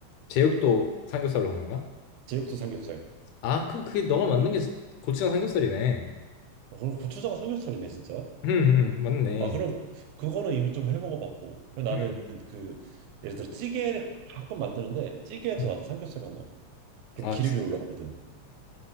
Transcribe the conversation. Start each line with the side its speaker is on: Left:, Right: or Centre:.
Left: 제육도 삼겹살로 하는 거야?
Right: 제육도 삼겹살.
Left: 아, 그럼 그게 너가 만든 게 고추장 삼겹살이네.
Right: 어, 그럼 고추장 삼겹살이네, 진짜.
Left: 음, 음, 맞네.
Right: 아, 그럼 그거는 이미 좀 해 먹어봤고. 그리고 나는
Left: 음,
Right: 그 예를 들어 찌개를 가끔 만드는데 찌개에도
Left: 음.
Right: 나는 삼겹살만 넣어. 그럼
Left: 아,
Right: 기름이
Left: 진짜?
Right: 올라오거든.